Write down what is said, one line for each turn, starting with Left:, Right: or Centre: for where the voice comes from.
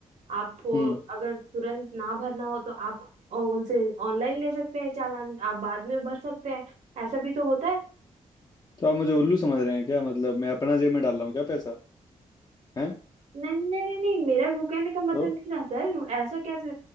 Right: आपको
Left: हम्म
Right: अगर तुरंत ना भरना हो तो आप अ, उनसे ऑनलाइन ले सकते हैं चालान आप बाद में भर सकते हैं ऐसा भी तो होता है
Left: तो आप मुझे उल्लू समझ रहे हैं क्या मतलब मैं अपना जेब में डाल रहा हूँ क्या पैसा है
Right: नहीं नहीं नहीं नहीं मेरा वो कहने का मतलब
Left: तो
Right: नहीं था सर ऐसा कैसे